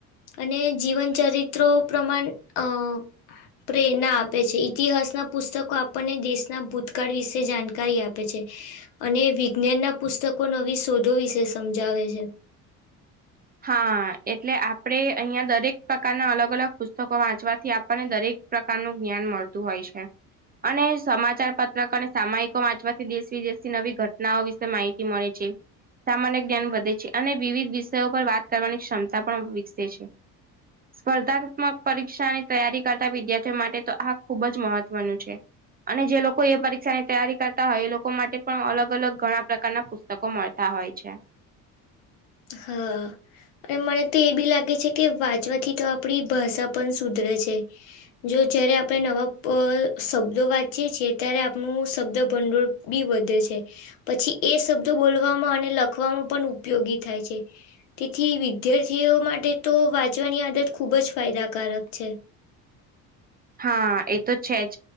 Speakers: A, on the left; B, on the right.
A: અને જીવન ચરિત્રો પ્રમાણ અ પ્રેરણા આપે છે ઇતિહાસના પુસ્તકો આપણને દેશના ભૂતકાળ વિશે જાણકારી આપે છે. અને વિજ્ઞાનના પુસ્તકો નવી શોધો વિશે સમજાવે છે.
B: હા એટલે આપડે અહિયાં દરેક પ્રકારના અલગ અલગ પુસ્તકો વાંચવાથી આપણને દરેક પ્રકારનું જ્ઞાન મળતું હોય છે. અને સમાચાર પત્રક અને સામાયિકો વાંચવાથી દેશ વિદેશની નવી ઘટનાઓ વિશે માહિતી મળે છે. સામાન્ય જ્ઞાન વધે છે અને વિવિધ વિષયો પર વાત કરવાની ક્ષમતા પણ વિકસે છે.
A: <inaudible>
B: સ્પર્ધાત્મક પરીક્ષાની તૈયારી કરતા વિદ્યાર્થીઓ માટે તો આ ખૂબ જ મહત્વનું છે. અને જે લોકો એ પરીક્ષા ની તૈયારી કરતા હોય એ લોકો માટે પણ અલગ અલગ ઘણા પ્રકારના પુસ્તકો મળ તા હોય છે.
A: હા. અને મને તો એ બી લાગે છે કે વાંચવાથી તો આપણી ભાષા પણ સુધરે છે. જો જયારે આપણે નવા શબ્દો વાંચીએ છીએ ત્યારે આપણું શબ્દભંડોળ બી વધે છે પછી એ શબ્દો બોલવામાં અને લખવામાં પણ ઉપયોગી થાય છે. તેથી વિદ્યાર્થીઓ માટે તો વાત વાંચવાની આદત ખૂબ જ ફાયદાકારક છે.
B: હા એ તો છે જ.